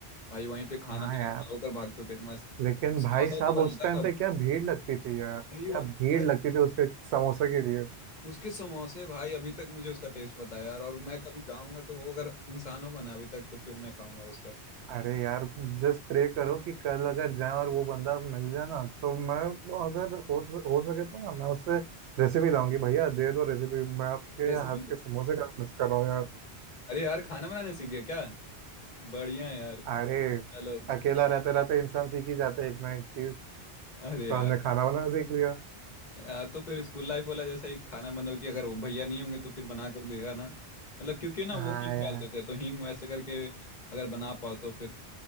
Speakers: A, on the left; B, on the right.
A: भाई वहीं पे खाना
B: हाँ
A: पीना
B: यार
A: खा होकर भागते थे मस्त
B: लेकिन
A: समोसा
B: भाई साहब
A: तो
B: उस
A: बनाता
B: टाइम
A: था वो।
B: पे क्या भीड़ लगती थी यार क्या
A: वही और
B: भीड़
A: भाई
B: लगती थी उस एक समोसे के लिए
A: उसके समोसे भाई अभी तक मुझे उसका टेस्ट पता है यार और मैं कभी जाऊंगा तो वो अगर इंसान होगा ना अभी तक तो फिर मैं खाऊंगा उसका
B: अरे यार जस्ट प्रे करो कि कल अगर जाए और वो बंदा मिल जाए ना तो मैं वो अगर हो हो सके तो ना मैं उससे रेसिपी लाऊंगी भैया दे दो रेसिपी मैं आपके
A: रेसिपी
B: हाथ के समोसे का मिस कर रहा हूँ यार
A: अरे यार खाना बनाने सीख गया क्या बढ़िया है यार
B: अरे
A: चलो
B: अकेला रहते रहते इंसान सीख ही जाता है एक ना एक चीज
A: अरे
B: तो
A: यार
B: हमने खाना बनाना सीख लिया
A: यार तो फिर स्कूल लाइफ वाला जैसा ही खाना मतलब कि अगर वो भैया नहीं होंगे तो फिर बना कर देगा ना मतलब क्योंकि ना
B: हाँ
A: वो हींग
B: यार
A: डालते थे तो हींग वैसे करके अगर बना पाओ तो फिर